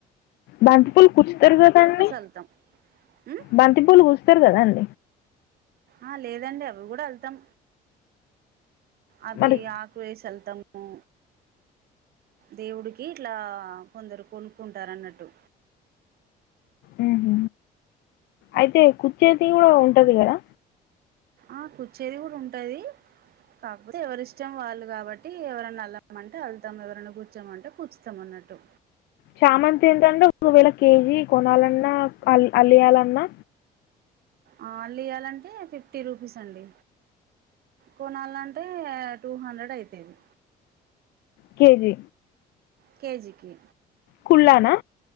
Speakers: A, on the left; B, on the right.
A: బంతిపూల్ కుచ్చుతరు కదండీ.
B: వెళ్తాం ఉమ్
A: బంతిపూలు కుచ్చుతరు కదాండ్.
B: ఆ లేదండి అవి కూడా వెళ్తాం అవి
A: మరి
B: ఆకు వేసెల్తం ఆ దేవుడికి ఇట్లా కొందరు కొనుక్కుంటారన్నట్టు
A: ఉహ అయితే కుర్చేది కూడా ఉంటది కదా
B: ఆ కుచ్చేది కూడా ఉంటదీ. కాకపోతే ఎవరిష్టం వాళ్ళు కాబట్టీ ఎవరన్నా అల్లమంటే అల్తం, ఎవరన్నా కుచ్చమంటే కుచ్చుతం అన్నట్టు.
A: చామంతి ఏంతండీ ఒకవేళ కేజీ కొనాలన్నా అల్ అల్లీయాలన్నా.
B: ఆ అలియ్యాలంటే ఫిఫ్టీ రూపీస్ అండి. కొనాల్నంటే టూ హండ్రెడ్ అయితది.
A: కేజీ.
B: కేెజికి
A: కుళ్ళనా